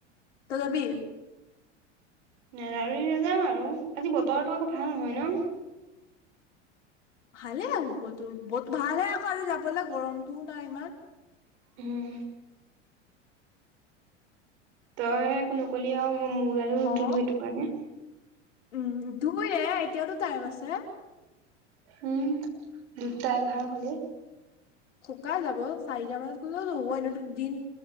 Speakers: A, on the left (about 70°); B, on the right (about 60°).
A: তই যাবি?
B: নেযাওঁ যদি নেযাওঁ আৰু, আজি বতৰটো আকৌ ভাল নহয় ন?
A: ভালে হ'বতো ভালে আকৌ আজি যাবলৈ গৰমটোও নাই ইমান।
B: উম, তই হে কোনো কলি আৰু মই মোৰ নুধুলো
A: অ
B: সেইটো কাৰণে।
A: উম, ধুই দে এতিয়াতো টাইম আছে।
B: হম, দুটা এঘাৰ হ'লে!
A: সোকাই যাব চাৰিটা মানত গ'লেওটো হ'ব এনেইতো দিন